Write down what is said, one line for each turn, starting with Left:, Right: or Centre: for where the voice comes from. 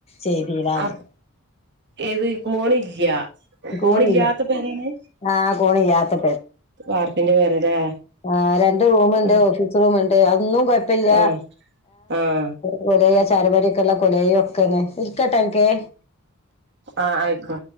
Left: ചെയ്തിലാന്ന്.
Right: അപ് ഏത് കോണില്ല്യ കോണില്ലാത്ത
Left: കോണില്ല
Right: പെരേണ്
Left: ആഹ് കോണില്ലാത്ത
Right: പാർപ്പിന്റെ പെരല്ലേ
Left: ആഹാ രണ്ട് റൂമ്ണ്ട്
Right: ആഹ്
Left: ഓഫീസ് റൂമ്ണ്ട് അതൊന്നും കുഴപ്പല്ല്യാ
Right: ആഹ് ആഹ്
Left: കൊലയ ചാരുപടിക്കെള്ള കൊലയൊക്കെണേ നിൽക്കട്ടെക്കെ
Right: ആഹ് ആയിക്കോ